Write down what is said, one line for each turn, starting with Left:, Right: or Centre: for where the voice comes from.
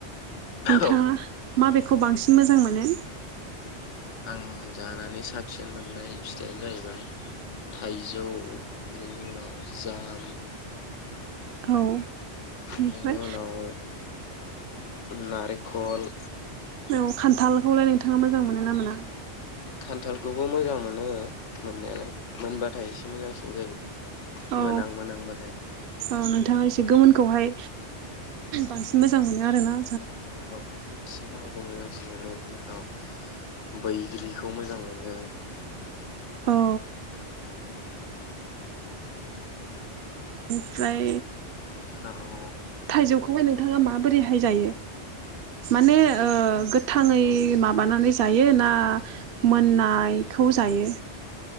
Left: औ
Right: नोंथाङा
Left: औ
Right: मा बे? खौ बांसिन मोजां मोनो।
Left: आं जानानै साबसिन मोननाय फिथाइयानो जाहैबाय थाइजौ बेनि उनाव जाम
Right: औ बिनिफ्राय
Left: बेनि उनाव नारे खल
Right: औ खान्थालखौलाय नोंथाङा मोजां मोनो ना मोना?
Left: खान्थालखौबो मोजां मोनो मोननायालाय मोनबाथाय एसे मोजांसिन जायो।
Right: औ
Left: मोनां मोनांबाथाय
Right: औनो थाङा एसे गोमोनखौहाय बांसिन मोजां मोनो आर ना?
Left: औ औ। मोजांसिन मोनो बिनानाव बैग्रिखौ मोजां मोनो।
Right: औ ओमफ्राय
Left: बेनि उनाव
Right: थाइजौखौ खौहाय नोंथाङा माबोरै हाय जायो? माने
Left: थाइजौखौथ'
Right: ओ गोथाङै
Left: औ
Right: माबानानै जायो ना मोननायखौ जायो?